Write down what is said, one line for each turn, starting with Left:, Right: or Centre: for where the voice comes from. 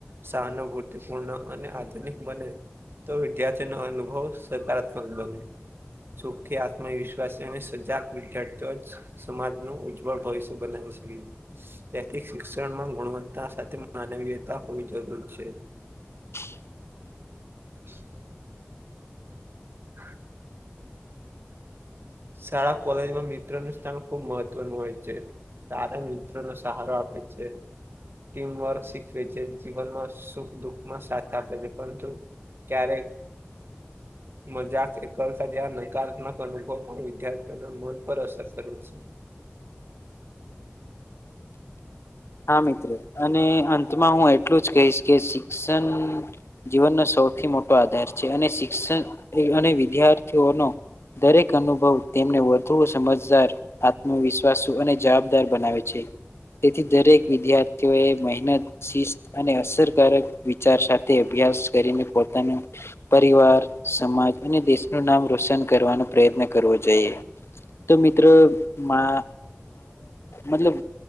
Right: સહાનુભૂતિપૂર્ણ અને આધુનિક બને તો વિદ્યાર્થીનો અનુભવ સકારાત્મક બને. સુખી આત્મવિશ્વાસને સજાગ વિદ્યાર્થીઓ જ સમાજ નુ ઉજ્જવળ ભવિષ્ય બનાવી શકે તેથી શિક્ષણમાં ઘણું ભણતા સાથે માનવીયતા હોવી જરૂરી છે.
Left: <inaudible>
Right: <inaudible> <inaudible> શાળા કોલેજમાં મિત્ર નું સ્થાન ખુબ મહત્વનું હોય છે. સારા મિત્રોનો સહારો આપે છે. ટીમવર્ક શીખવે છે, જીવનમાં સુખ દુઃખમાં સાથ આપે છે પરંતુ ક્યારે મજાક, એકલતા જયા નિકાલ તા ન કરવી પડે. પણ વિદ્યાર્થીઓના મન પર અસર કરે છે
Left: હા, મિત્રો અને અંતમાં હું એટલું જ કહીશ કે શિક્ષણ જીવનનો સૌથી મોટો આધાર છે અને શિક્ષણ અને વિદ્યાર્થીઓનો દરેક અનુભવ તેમને વધુ સમજદાર આત્મવિશ્વાસ અને જવાબદાર બનાવે છે તેથી દરેક વિદ્યાર્થીઓએ મહેનત શિસ્ત અને અસરકારક વિચાર સાથે અભ્યાસ કરી અને પોતાનો પરિવાર સમાજ અને દેશનું નામ રોશન કરવાનો પ્રયત્ન કરવો જોઈએ તો મિત્રોરા મતલબ